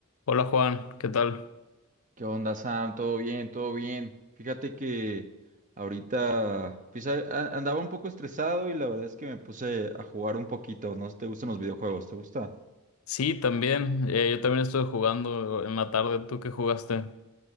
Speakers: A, on the left; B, on the right.
A: Hola Juan, ¿qué tal?
B: ¿Qué onda, Sam? ¿Todo bien? ¿Todo bien? Fíjate que ahorita pues, a- a- andaba un poco estresado y la verdad es que me puse a jugar un poquito. ¿No te gustan los videojuegos? ¿Te gusta?
A: Sí, también. eh, yo también estuve jugando en la tarde. ¿Tú qué jugaste?